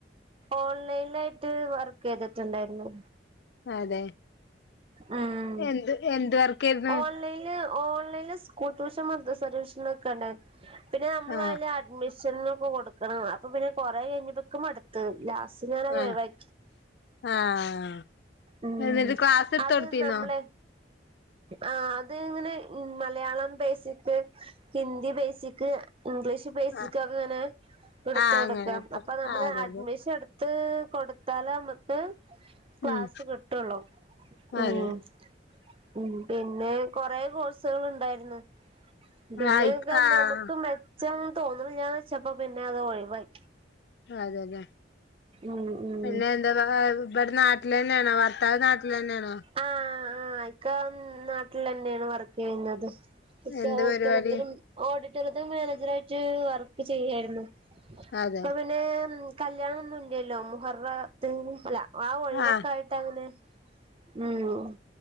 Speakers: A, on the right (about 30°); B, on the left (about 60°).
A: ഓൺലൈൽലായിട്ട് വർക്കെയ്തിട്ട്ണ്ടായിരുന്നു.
B: അതെ
A: ഉം
B: എന്ത് എന്ത് വർക്കായിരുന്നു
A: ഓൺലൈൽ ഓ സ്കൂൾടൂഷൻ മദ്രസ്സടൂഷനൊക്കെ ഉണ്ടായിരുന്നു പിന്നെയമ്മള്
B: ആഹ്
A: അഡ്മി ഷനൊക്കെകൊടുക്കണം അപ്പൊപിന്നെ കൊറെകഴിഞ്ഞപ്പൊ ക്ക്മടുത്ത് ലാസ്റ്റ് റ്റ് ഞാനത്
B: ആഹ്
A: ഉഴിവായി
B: ആഹ്
A: ഉം
B: എന്നിട്ട് ക്ലാസ് എടുത്ത്
A: അത്
B: കൊടുത്തീന്നോ
A: നമ്മള് ആ അത് ഇങ്ങനെ Malayalam basic Hindi basic English ബേസിക്ക്
B: ആഹ്
A: ഒക്കെ ഇങ്ങനെ എടുത്ത്
B: ആഹ്
A: കൊടുക്കാം
B: അങ്ങനെ എടുത്ത്
A: അപ്പോ നമ്മള്
B: ആഹ് അതെ
A: അഡ്മിഷൻ
B: അതെ
A: എടുത്ത് കൊടു ത്താല നമ്മുക്ക് ക്ലാസ്സ്
B: ഉം
A: കിട്ടോള്ളൂ ഉം
B: അതെ
A: ഉം പിന്നെ കൊറെ കോഴ്സുകൾ ഉണ്ടായിരുന്നു പിന്നൊക്ക
B: ആഹ് ഇക്ക് ആഹ്
A: നമുക്ക് മെച്ചം തോന്നണില്ല വെച്ചപ്പോ പിന്നെ അത് ഒഴിവായി
B: അതെല്ലേ
A: ഉം ഉം
B: പിന്നെ എന്താവാ <unintelligible> ഇവിടെ നാട്ടിൽ തന്നെയാണോ ഭർത്താവ് നാട്ടിൽ തന്നെയാണോ
A: ആ ആ ഇക്ക നാട്ടിൽ തന്നെയാണ് വർക്ക് ചെയ്യുന്നത് ഇക്ക
B: എന്ത്
A: ഓഡിറ്റോറിയത്തിലും
B: പരിപാടി
A: ആ ഓ ഡിറ്റോറിയത്തില് മാനേജർ ആയിട്ട് വർക്ക് ചെയ്യായിരുന്നു
B: അതെ
A: ഇപ്പോ പിന്നെ കല്യാണം ഒന്നും ഇല്ലല്ലോ മുഹറത്ത് അല്ല ഒഴിവൊക്കായിട്ട്
B: ആഹ്
A: അങ്ങനെ ഉം